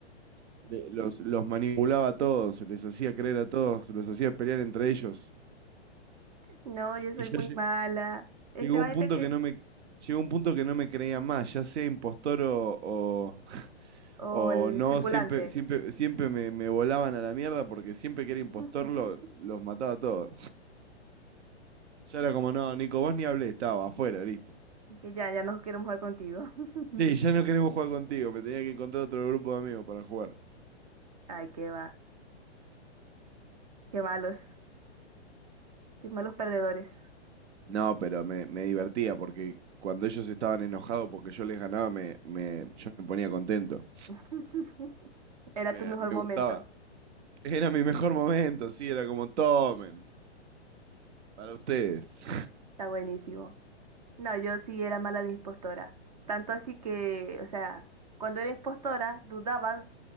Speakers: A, on the right (about 75°); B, on the right (about 35°).
A: Le- Los, los manipulaba a todos, les hacía creer a todos, los hacía pelear entre ellos.
B: no, yo soy
A: Y ya
B: muy
A: lle-
B: mala. Este,
A: llegó
B: imagínate
A: un punto
B: que.
A: que no me, llegó un punto que no me creía más, ya sea impostor o, o,
B: O
A: o
B: el
A: no,
B: tripulante.
A: siempre, siempre, siempre me, me volaban a la mierda porque siempre que
B: <laughs>
A: era impostor lo- los mataba a todos. Ya era como, no, Nico, vos ni hablé, estaba afuera, listo.
B: Que ya, ya no queremos jugar contigo. <laughs>
A: Sí, ya no queremos jugar contigo, me tenía que encontrar otro grupo de amigos para jugar.
B: Ay, qué va. Qué malos. Qué malos perdedores.
A: No, pero me, me divertía porque cuando ellos estaban enojados porque yo les ganaba, me, me, yo me ponía contento.
B: <laughs> Era
A: Me,
B: tu mejor
A: me
B: momento.
A: gustaba. <laughs> Era mi mejor momento, sí, era como tomen, para ustedes.
B: Está buenísimo. No, yo sí era mala de impostora. Tanto así que, o sea, cuando era impostora, dudaban